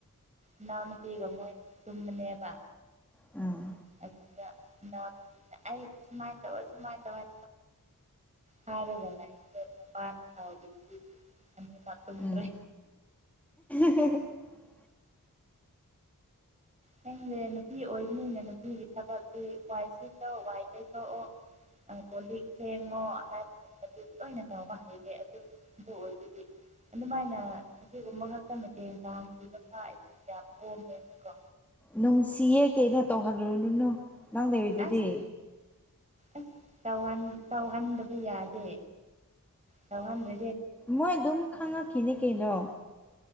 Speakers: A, on the right; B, in the centre.
A: ꯏꯅꯥꯎꯅꯨꯄꯤꯒ ꯃꯣꯏ ꯇꯨꯝꯕꯅꯦꯕ
B: ꯑꯥ
A: ꯑꯗꯨꯒ ꯏꯅꯥꯎ ꯅꯨꯄꯤꯅ ꯑꯩ ꯁꯨꯃꯥꯏ ꯇꯧꯔ ꯁꯨꯃꯥꯏ ꯇꯧꯏ ꯍꯥꯏꯔꯒ ꯂꯩꯌꯦ ꯅꯨꯄꯥꯅ ꯁꯥꯎꯔꯗꯤ ꯅꯨꯄꯤꯁꯨ ꯑꯅꯤꯃꯛ ꯇꯨꯝꯗ꯭ꯔꯦ
B: ꯎꯝ <unintelligible>
A: ꯅꯪꯁꯦ ꯅꯨꯄꯤ ꯑꯣꯏꯕꯅꯤꯅ ꯅꯨꯄꯤꯒꯤ ꯊꯕꯛꯇꯤ ꯋꯥꯏ ꯁꯤꯠꯂꯣ ꯋꯥꯏ ꯇꯩꯊꯣꯛꯑꯣ ꯀꯣꯜꯂꯤꯛ ꯐꯦꯡꯉꯣ ꯍꯥꯏꯕꯒꯨꯝꯕꯗꯤ ꯂꯣꯏꯅ ꯇꯧꯕ ꯍꯩꯔꯦ ꯑꯗꯨ ꯑꯗꯨ ꯑꯣꯏꯕꯗꯤ ꯑꯗꯨꯃꯥꯏꯅ ꯑꯁꯤꯒꯨꯝꯕ ꯈꯛꯇ ꯃꯇꯦꯡ ꯄꯥꯡ ꯄꯤꯕ ꯑꯩ ꯌꯥꯝ ꯀꯣꯝꯃꯦꯕꯀꯣ
B: ꯅꯨꯡꯁꯤꯌꯦ ꯀꯩꯅꯣ ꯇꯧꯍꯜꯂꯨꯔꯨꯅꯨ ꯅꯪ ꯂꯩꯔꯤꯗꯨꯗꯤ
A: ꯑꯁ ꯑꯁ ꯇꯧꯍꯟ ꯇꯧꯍꯟꯗꯕ ꯌꯥꯗꯦ ꯇꯧꯍꯟꯗ꯭ꯔ
B: ꯃꯣꯏ ꯗꯨꯨꯝ ꯈꯪꯉꯛꯈꯤꯅꯤ ꯀꯩꯅꯣ